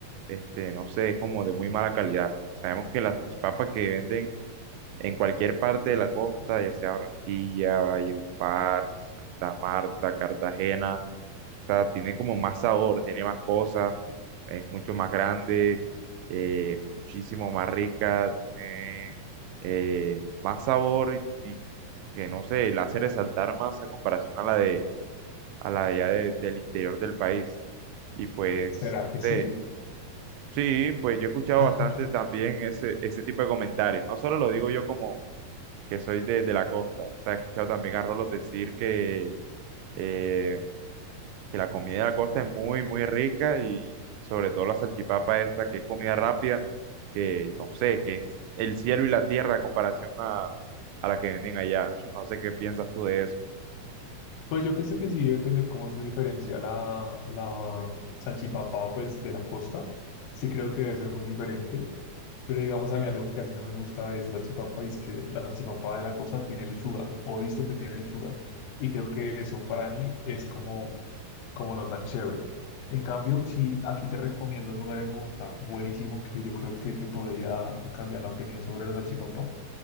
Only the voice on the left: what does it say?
¿Será
que
sí?
<laughs>
Pues yo pienso que sí debe tener como su diferencia la, la salchipapa, pues de la costa. Sí creo que debe ser muy diferente. Pero digamos a mí algo que casi no me gusta de esa salchipapa es que la salchipapa de la costa tiene lechuga, o he visto que tiene lechuga. Y creo que eso para mí es como como no tan chévere. En cambio, si aquí te recomiendo un lugar en Bogotá buenísimo que yo creo que te podría cambiar la opinión sobre la salchipapa,